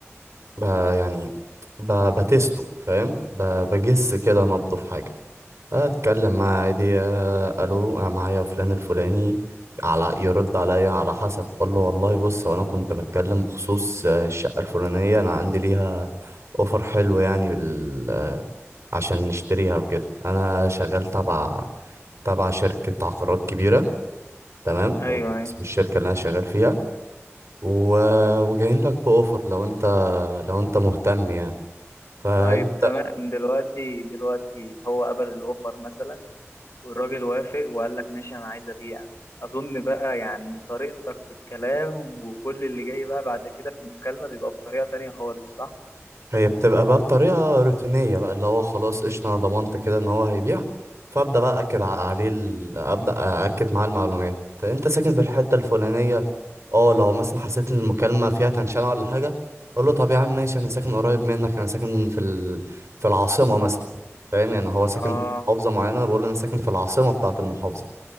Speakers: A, on the right; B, on the left.
A: ب يعني ب... بتستو فاهم ب... بجس كده نبضه في حاجه اتكلم معاه عادي آه، الو انا معايا فلان الفلاني على يرد عليا على حسب اقول له والله بص وانا كنت بتكلم بخصوص آه، الشقه الفلانيه انا عندي ليها اوفر حلو يعني بال... آه، عشان نشتريها وكده انا شغال تبع تبع شركه عقارات كبيره تمام
B: أيوه
A: واسم
B: أيوه
A: الشركه اللي انا شغال فيها و... وجايين لك باوفر لو انت لو انت مهتم يعني فانت
B: طيب تمام دلوقتي دلوقتي هو قبل الأوفر مثلا والراجل وافق وقال لك ماشي أنا عايز أبيع أظن بقى يعني طريقتك في الكلام وكل اللي جاي بقى بعد كده في المكالمة بيبقى بطريقة تانية خالص صح؟
A: هي بتبقى بقى بطريقة روتينية بقى اللي هو خلاص قشطة أنا ضمنت كده إن هو هيبيع فأبدأ بقى أكد ع- عليه ال... أبدأ أأكد معاه المعلومات أنت ساكن في الحتة الفلانية أه لو مثلا حسيت إن المكالمة فيها تنشنة ولا حاجة أقول له طب يا عم ماشي أنا ساكن قريب منك أنا ساكن في ال... في العاصمة مثلا فاهم يعني هو ساكن
B: اه
A: في محافظة معينة أنا بقول له أنا ساكن في العاصمة بتاعة المحافظة